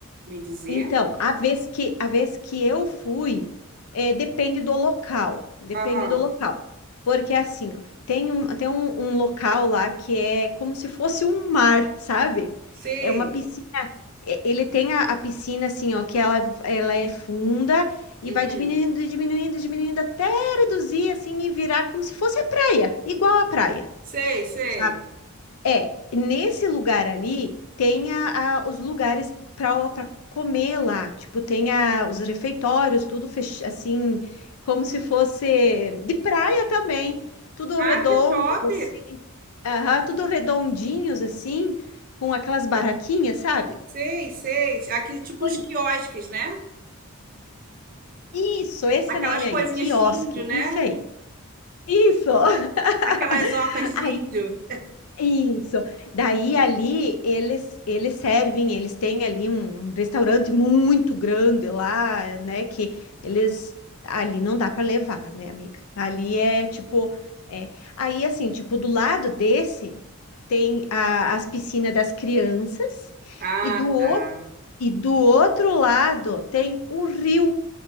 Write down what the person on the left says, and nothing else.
então, a vez que a vez que eu fui, é, depende do local, depende
do local. Porque assim, ó, tem um, tem um, um local lá que é como se fosse um mar, sabe?
É uma piscina E- Ele tem a, a piscina assim, ó, que ela, ela é funda e
vai diminuindo, diminuindo, diminuindo até reduzir assim e virar como se fosse a praia, igual a praia,
sabe? É, nesse lugar ali tem a, a- os lugares para para comer lá, tipo, tem a, os refeitórios, tudo fech, assim, como se fosse de praia também, tudo
redondo
assim, aham, tudo redondinhos assim, com aquelas barraquinhas, sabe?
Pois
Isso, esse
nome
aí, quiosque,
isso aí. Isso. <laughs>
Aí,
isso. Daí ali eles eles servem, eles têm ali um um restaurante muito grande lá, né, que eles ali não dá para levar, né, amiga? Ali é tipo é, aí assim, tipo do lado desse tem a- as piscinas das crianças
e do outro
e do outro lado tem um rio